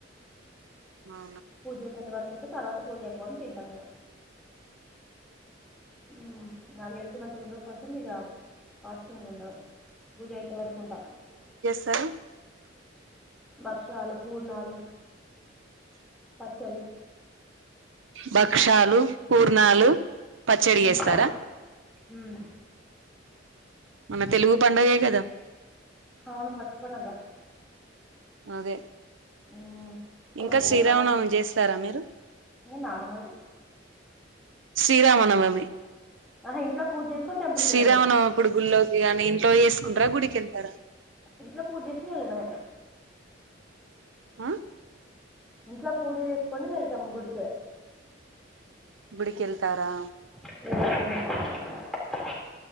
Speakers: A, on the right; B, in the centre.
A: ఆ
B: పూజేసేంత వరకుంటే తర్వాత పూజ అయిపోని తింటాం ఇగ మ్ నాకు హెల్త్ మంచిగా ఉండదు కొంచెం ఇగ ఫాస్టింగ్ ఉండను పూజ అయ్యేంత వరకు ఉంటా
A: తరు
B: భక్షాలు పూర్ణాలు పచ్చడి
A: భక్షాలు పూర్ణాలు పచ్చడి
B: మ్మ్.
A: చేస్తారా
B: మ్మ్.
A: మన తెలుగు పండగే కదా
B: అవును ఫస్ట్ పండగ
A: అదే
B: మ్మ్. తొమ్మిది
A: ఇంకా శ్రీరామనవమి
B: రకాల స్వీట్స్.
A: చేస్తారా మీరు
B: ఇంకా నార్మలే
A: శ్రీరామనవమి
B: ఆహా ఇంట్లో పూజ చేసుకొని టెంపుల్కి
A: శ్రీరామనవమి
B: వెళ్ళడమే
A: అప్పుడు గుళ్లో గాని ఇంట్లో చేసుకుంటారా గుడికెళ్తారా
B: ఇంట్లో పూజ చేసుకుని వెళ్లడమే
A: అ
B: ఇంట్లో పూజ చేసుకొని వెళ్తాం గుడికి
A: గుడి కెళ్తారా
B: మ్